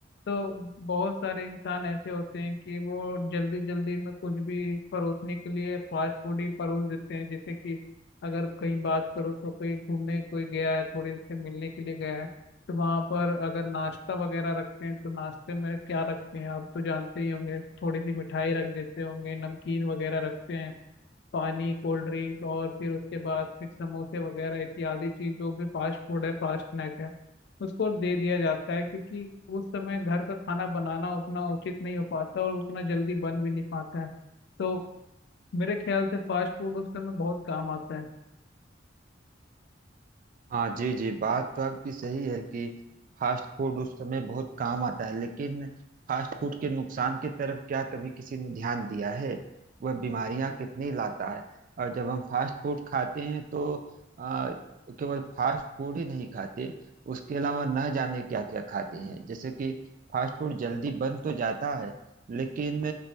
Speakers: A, on the left; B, on the right.
A: तो बहुत सारे इंसान ऐसे होते हैं कि वो जल्दी जल्दी में कुछ भी परोसने के लिए फास्ट फूड ही परोस देते हैं जैसे कि अगर कहीं बात करो तो कहीं घूमने कोई गया है थोड़ी से मिलने के लिए गया है तो वहां पर अगर नाश्ता वगैरह रखते हैं तो नाश्ते में क्या रखते हैं आप तो जानते ही होंगे थोड़ी सी मिठाई रख देते होंगे नमकीन वगैरह रखते हैं पानी कोल्ड ड्रिंक और फिर उसके बाद फिर समोसे वगैरह इत्यादि चीज जो भी फास्ट फूड है फास्ट स्नैक है उसको दे दिया जाता है क्योंकि उस समय घर का खाना बनाना उतना उचित नहीं हो पाता और उतना जल्दी बन भी नहीं पाता है तो मेरे ख्याल से फास्ट फूड उस समय बहुत काम आता है
B: हाँ जी जी बात तो आपकी सही है कि फास्ट फूड उस समय बहुत काम आता है लेकिन फास्ट फूड के नुकसान की तरफ क्या कभी किसी ने ध्यान दिया है वह बीमारियां कितनी लाता है और जब हम फास्ट फूड खाते हैं तो आ, केवल फास्ट फूड ही नहीं खाते उसके अलावा न जाने क्या क्या खाते हैं जैसे कि फास्ट फूड जल्दी बन तो जाता है लेकिन